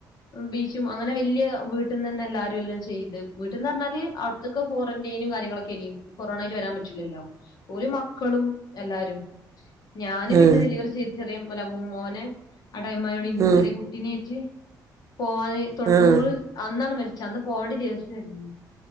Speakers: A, on the left (about 60°); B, on the right (about 45°).
A: <unintelligible> ച്ചും അങ്ങനെ വെല്ല്യയ വീട്ടിന്ന് തന്നെ എല്ലാരും എല്ലാം ചെയ്തെ. വീട്ട്ന്നർഞ്ഞാല് അവ് ഇതൊക്കെ ക്വാറന്റൈനും കാര്യങ്ങളൊക്കെനി. കൊറോണേല് വരാൻ പറ്റില്ലല്ലോ. ഓല് മക്കളും എല്ലാരും. ഞാന് പിന്നെ
B: ഉം
A: ഡെലിവറി ചെയ്ത് ചെറിയ മോനെ ആ ടൈം ആയോണ്ട് എനിക്ക്
B: ഉം ഉം
A: ചെറിയ കുട്ടിനേറ്റ് പോവാന് തൊണ്ണൂറ്
B: ഉം
A: അന്നാണ് മരിച്ച്, അന്ന് പോവണ്ട ദിവസേര്ന്നു.